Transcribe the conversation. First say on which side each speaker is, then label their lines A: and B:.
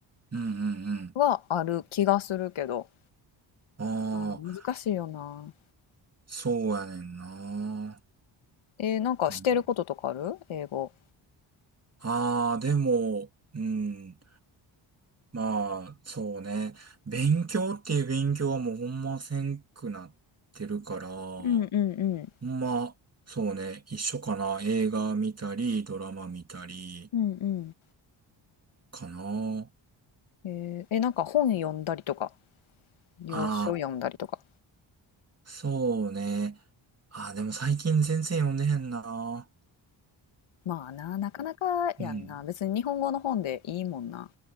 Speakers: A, on the right; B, on the left.
A: うんうん
B: はある気がするけど。
A: うん。
B: あー難しいよな。
A: ああ、そうやねんな。
B: えー、なんかしてることとかある英語。
A: うん、ああ、でも、うん。まあ、そうね。勉強っていう勉強はもうほんませんくなってるから、ほ
B: うんうんうん。
A: んま、そうね。一緒かな。映画見たり、ドラマ見たり、
B: うんうんうん。
A: かな。
B: えー、え、なんか本読んだりとか、洋書読んだりとか。
A: ああ。そうね。あ、でも最近全然読んでへんな。
B: まあな、なかなかやんな。
A: うん。
B: 別に日本語の本でいいもんな。